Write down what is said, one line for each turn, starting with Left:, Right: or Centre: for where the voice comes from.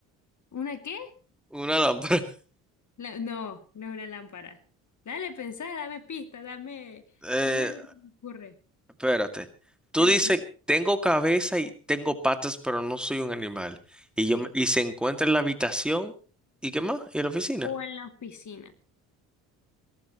Left: ¿Una qué?
Centre: Una lámpara. <laughs>
Left: La- no, no es una lámpara. Dale, pensá, dame pista, dame,
Centre: Eh,
Left: dame lo que se me ocurre.
Centre: Espérate. Tú
Left: Dame-
Centre: dices,
Left: no,
Centre: tengo cabeza y tengo patas, pero no soy un animal. Y
Left: sí.
Centre: yo me- y se encuentra en la habitación. ¿Y qué más? ¿Y en la oficina?
Left: O en la oficina.